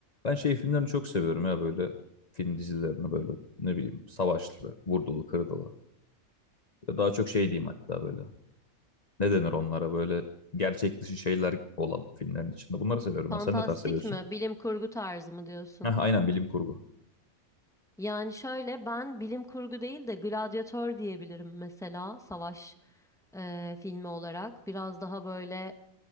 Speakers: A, on the left; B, in the centre.
A: Ben şey filmlerini çok seviyorum ya böyle film dizilerini böyle ne bileyim savaşlı, vurdulu, kırdılı. Ya daha çok şey diyeyim hatta böyle. Ne denir onlara böyle gerçek dışı şeyler olan filmlerin içinde. Bunları seviyorum
B: Fantastik
A: ben. Sen ne tarz seviyorsun?
B: mi? Bilim kurgu tarzı mı diyorsun?
A: <laughs> Heh, aynen bilim kurgu.
B: Yani şöyle ben bilim kurgu değil de Gladyatör diyebilirim mesela savaş eee, filmi olarak. Biraz daha böyle